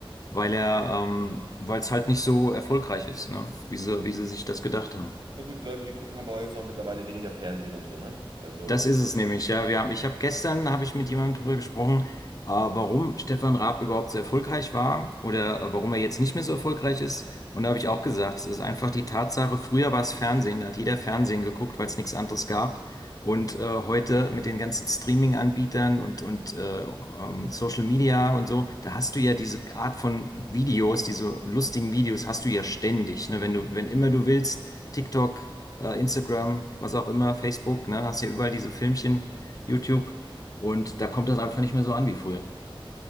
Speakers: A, on the left (about 40°); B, on the right (about 60°).
A: weil er, ähm, weil es halt nicht so erfolgreich ist, ne? Wie sie, wie sie sich das gedacht haben.
B: Na gut, die Leute, die gucken aber auch jetzt auch mittlerweile weniger Fernsehen und so, ne? Also,
A: Das ist es nämlich, ja. Wir haben, ich habe gestern habe ich mit jemandem darüber gesprochen, äh, warum Stefan Raab überhaupt so erfolgreich war oder äh, warum er jetzt nicht mehr so erfolgreich ist. Und da habe ich auch gesagt, es ist einfach die Tatsache, früher war es Fernsehen, da hat jeder Fernsehen geguckt, weil es nichts anderes gab. Und äh, heute mit den ganzen Streaming-Anbietern und, und äh, ähm, Social Media und so, da hast du ja diese Art von Videos, diese lustigen Videos hast du ja ständig, ne? Wenn du, wenn immer du willst, TikTok äh, Instagram, was auch immer, Facebook, ne, hast ja überall diese Filmchen, YouTube. Und da kommt das einfach nicht mehr so an wie früher.